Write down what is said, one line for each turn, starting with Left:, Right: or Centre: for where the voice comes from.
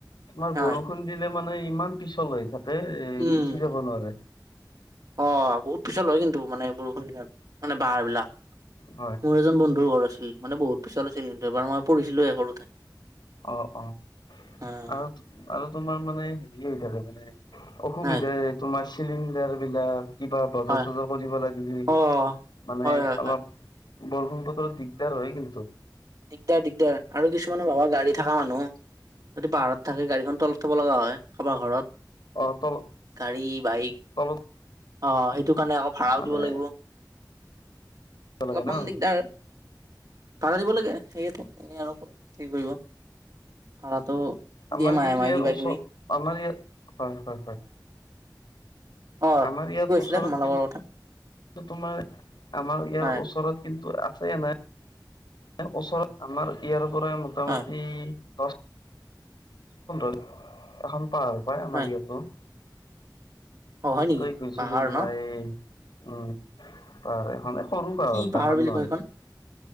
Left: তোমাৰ
Right: হয়
Left: বৰষুণ দিলে। মানে ইমান পিছল হৈ থাকে। এ
Right: উম্,
Left: উঠি যাব নোৱাৰে
Right: অ' বহুত পিছল হয় কিন্তু মানে। বৰষুণ দিলে মানে বাহাৰ বিলাক,
Left: হয়
Right: মোৰ এজন বন্ধুৰ ঘৰ আছিল, মানে বহুত পিছল আছিল। ছিল কিন্তু এবাৰ মই পৰিছিলোৱে সৰুতে।
Left: অ', অ',
Right: হয়
Left: আৰু, আৰু তোমাৰ মানে, হেৰি হৈ থাকে মানে। অসুবিধা
Right: হয়
Left: এ, তোমাৰ চিলিণ্ডাৰ বিলাক। কিবা বজাৰ-
Right: হয়
Left: চজাৰ কৰিব লাগিলে,
Right: অ
Left: মানে
Right: হয় হয় হয়
Left: অলপ বৰষুণটোত অলপ দিগদাৰ হয় কিন্তু।
Right: দিগদাৰ, দিগদাৰ। আৰু কিছুমানৰ ভাবা গাড়ী থাকা মানুহ। যদি পাহাৰত থাকে গাড়ীখন তলত থব লগা হয়, কাবাৰ ঘৰত।
Left: অ', তল,
Right: গাড়ী বাইক
Left: তলত
Right: অ', সেইটো কাৰণে আকৌ ভাড়াও
Left: মানে
Right: দিব লাগিব। অলপমান
Left: লাগে ন
Right: দিগদাৰ। ভাড়া দিব লাগে, সেয়েত'। এনে আৰু কি কৰিব, ভাড়াটো
Left: আমাৰ
Right: দিয়ে মাহে
Left: কিন্তু
Right: মাহে
Left: ইয়াৰ
Right: কিবা
Left: ওচৰ
Right: কিবি।
Left: আমাৰ ইয়াত হয়, হয়, হয়।
Right: অ
Left: আমাৰ ইয়াত
Right: কি কৈছিলা
Left: ওচৰত
Right: তোমালোকৰ
Left: কিন্ তো,
Right: কথা
Left: তোমাৰ, আমাৰ ইয়াৰ
Right: হয়
Left: ওচৰত কিন্তু আছে এনাই। ওচৰত আমাৰ ইয়াৰ পৰা মোটামুটি
Right: হয়
Left: দছ <unintelligible> এখন পাহাৰ পায় আমাৰ
Right: হয়
Left: ইয়াতো।
Right: অ হয় নেকি
Left: তাতেই গৈছিলো
Right: পাহাৰ
Left: তোমাৰ
Right: ন
Left: এই, উ, পাহাৰ এখনে। সৰু পাহৰ
Right: কি পাহাৰ
Left: ডাঙৰ
Right: বুলি
Left: নয়।
Right: কয় এইখন